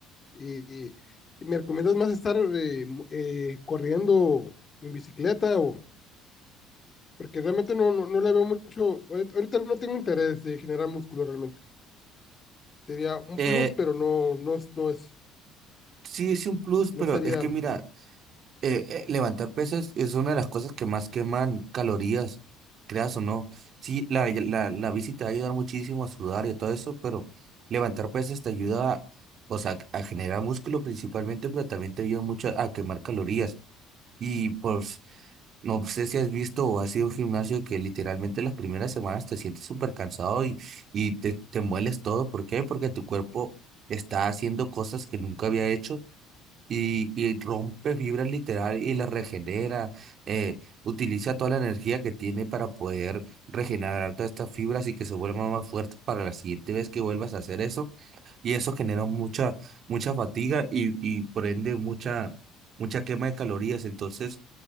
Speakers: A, on the left; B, on the right.
A: Y, y me recomiendas más estar eh, mu- eh, corriendo en bicicleta o porque realmente no, no, no le veo mucho, ahorita ahorita no tengo interés de generar músculo realmente. Sería un
B: Eh,
A: plus, pero no, no, es- no es,
B: sí es un plus,
A: no
B: pero
A: sería,
B: es que mira,
A: sí.
B: eh, eh, levantar pesas es una de las cosas que más queman calorías, creas o no. Sí, la, la, la bici te va a ayudar muchísimo a sudar y a todo eso, pero levantar pesas te ayuda, o sea, a generar músculo principalmente, pero también te ayuda mucho a quemar calorías. Y pues, no sé si has visto o has ido a un gimnasio que literalmente las primeras semanas te sientes súper cansado y, y te, te mueles todo. ¿Por qué? Porque tu cuerpo está haciendo cosas que nunca había hecho y, y rompe fibras literal y las regenera, eh, utiliza toda la energía que tiene para poder regenerar todas estas fibras y que se vuelvan más fuertes para la siguiente vez que vuelvas a hacer eso. Y eso genera mucha, mucha fatiga y, y por ende mucha, mucha quema de calorías. Entonces,